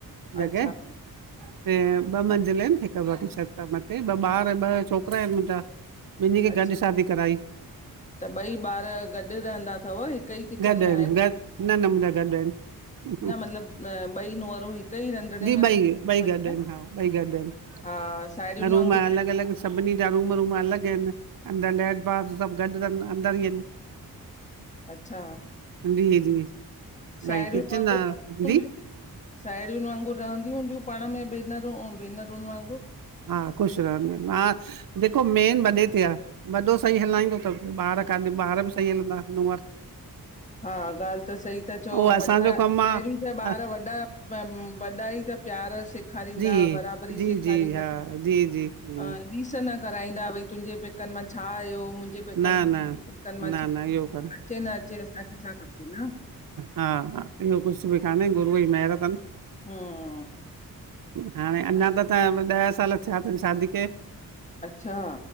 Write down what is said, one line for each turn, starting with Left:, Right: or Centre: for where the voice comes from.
Right: जॻह
Left: अच्छा
Right: ऐं ॿ मंज़िल आहिन। हिक वॾी छत आ मथे, ॿ ॿार ॿ छोकरा आहिन मुंजा‌। ॿिनीन खे
Left: अच्छा
Right: गॾ शादी कराई।
Left: त ॿई ॿार गॾ रहंदा अथव हिक ई किचन
Right: गॾ आहिन
Left: में आहिनि
Right: गॾ, न न मुंहिंजा गॾ आहिन।
Left: मतिलबु न, ॿई नुहरूं हिक ई रंधिणे
Right: जी,
Left: में
Right: ॿई
Left: रोटी थियूं
Right: ॿई
Left: पचाइनि
Right: गॾ आहिन हा, ॿई गॾ आहिन
Left: हा साहेड़ियुनि
Right: रूम
Left: वांगुरु
Right: अलॻ अलॻ सभनीं जा रूम रूम अलॻ आहिन। अंदर लैट बाथ सभ गॾ तन अंदर ई आहिन।
Left: अच्छा
Right: जी, जी
Left: साहेड़ियूं
Right: भई किचन
Left: वांगुर
Right: आहे जी
Left: साहेड़ियुन वांगुर रहंदी हूंदियूं पाण में भेनरूं अऊं भेनरुन वांगुर
Right: हा, ख़ुशि रहंदियूं आहिन, हा, जेको मेन वॾे ते आ वॾो सही हलाईंदो त ॿार कानी ॿार बि सही हलंदा नूंहर
Left: हा, ॻाल्ह त सही त चओ,
Right: उहो
Left: वॾा
Right: असांजो कमु आ
Left: पेहिरीं त ॿार
Right: अ,
Left: वॾा वॾा ई त प्यार सिख सेखारींदा,
Right: जी
Left: बराबरी
Right: जी
Left: सेखारींदा
Right: जी हा जी जी हूं
Left: अ रीस न कराईंदा, भई तुंजे पैक पेकन मां छा आयो? मुंजे पेकन,
Right: न न
Left: पेकन मां
Right: न
Left: अचे
Right: न इहो कान
Left: न अचे। अ छा खपे न।
Right: हा, हा इयो कुछ बि काने, गुरूअ जी मेहिर तन।
Left: हूं
Right: हाणे, अञा त त ॾह साल छा तन शादी खे।
Left: अच्छा